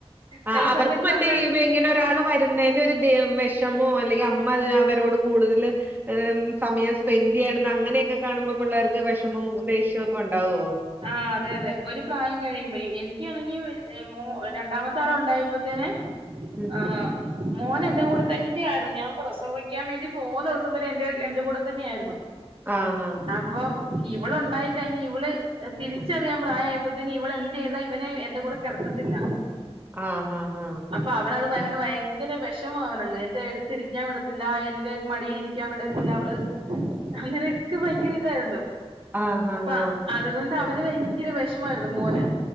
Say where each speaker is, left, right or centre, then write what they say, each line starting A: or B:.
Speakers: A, on the right; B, on the right.
A: ചെല
B: ആഹ് അവർക്ക്
A: സമയത്ത്
B: മറ്റേ
A: നമ്മള് എടയ്ക്ക്
B: ഇവ
A: -
B: ഇങ്ങനെ ഒരാള് വരുന്നതിന്റെ ഒരു വിഷമോ അല്ലെങ്കിൽ അമ്മ അവരോട് കൂടുതല് - സമയം സ്പെൻഡ് ചെയ്യണോന്ന് അങ്ങനെയൊക്കെ കാണുമ്പോ പിള്ളേർക്ക് വിഷമം ദേഷ്യവും ഒക്കെ ഉ ഒണ്ടാവോ
A: ആഹ് അതെ അതെ ഒരു പ്രായം കഴിയുമ്പോ എനിക്കാണെങ്കിൽ മു രണ്ടാമത്തെ ആള് ഒണ്ടായപ്പോ- തനെ <unintelligible>
B: ഉം
A: ആഹാ മോൻ എന്റെ കൂടെ തന്നെ ആയിരുന്നു ഞാൻ പ്രസവിക്കാൻ വേണ്ടി പോന്ന ദിവസം വരെ എന്റെ എന്റെ കൂടെ തന്നെ ആയിരുന്നു
B: ആഹ് ഹാ
A: അപ്പം ഇവള് ഒണ്ടായി കഴിഞ് ഇവള് - തിരിച്ചറിയാൻ പ്രായമായപ്പോത്തേന് ഇവള് എന്ത് ചെയ്തു ഇവനെ എന്റെ കൂടെ- കെടത്തില്ല
B: ആഹ് ആഹ്
A: അപ്പൊ അവന് അത് - ഇപ്പൊ അത്കൊണ്ട് ഭയങ്കര വെഷമവാ അവനങ്ങ് എന്റെ എടുത്തിരിക്കാൻ വിടത്തില്ല എന്റെ മടിൽ ഇരിക്കാൻ വിടത്തില്ല അവള് - അങ്ങനെയൊക്കെ ഭയങ്കര ഇതായിരുന്നു
B: ആഹ് ആഹ് ആഹ്
A: അപ്പൊ
B: ആഹ്
A: അതുകൊണ്ട് അവന് ഭയങ്കര വെഷമായിരുന്നു മോന്